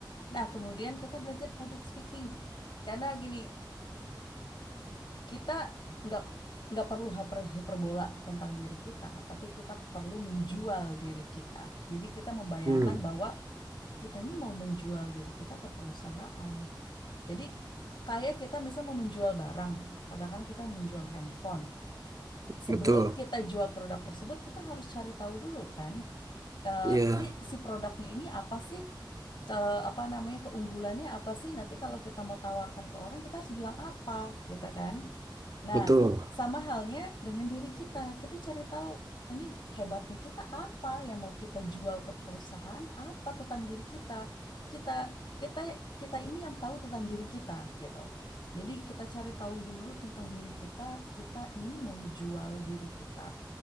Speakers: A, on the left; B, on the right.
A: Nah, kemudian kita belajar public speaking. Karena gini, kita nggak nggak perlu hyper hiperbola tentang diri kita, tapi kita perlu menjual diri kita. Jadi kita membayangkan
B: Hmm,
A: bahwa kita ini mau menjual diri kita ke perusahaan. Jadi kayak kita misal mau menjual barang, katakan kita menjual handphone. Sebelum
B: betul.
A: kita jual produk tersebut, kita harus cari tahu dulu kan, eh,
B: Iya,
A: ini si produknya ini apa sih? Ke, apa namanya keunggulannya apa sih? Nanti kalau kita mau tawarkan ke orang kita harus bilang apa gitu kan? Nah,
B: betul.
A: sama halnya dengan diri kita. Kita cari tahu ini hebatnya kita apa yang mau kita jual ke perusahaan apa tentang diri kita. Kita kita kita ini yang tahu tentang diri kita gitu. Jadi kita cari tahu dulu tentang diri kita, kita ini mau jual diri kita